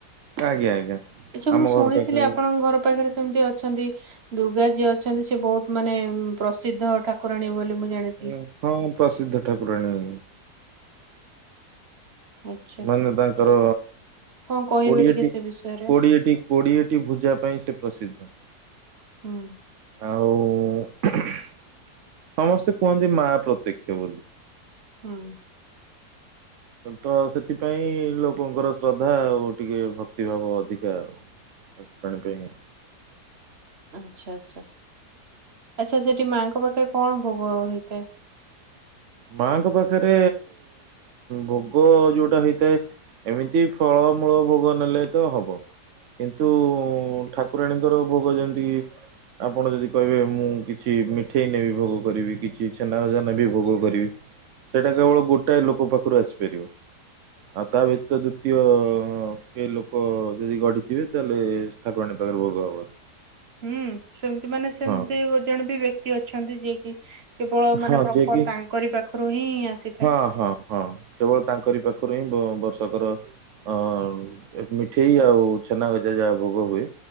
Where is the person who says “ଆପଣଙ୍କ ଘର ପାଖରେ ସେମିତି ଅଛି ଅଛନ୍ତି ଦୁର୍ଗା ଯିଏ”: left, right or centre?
Right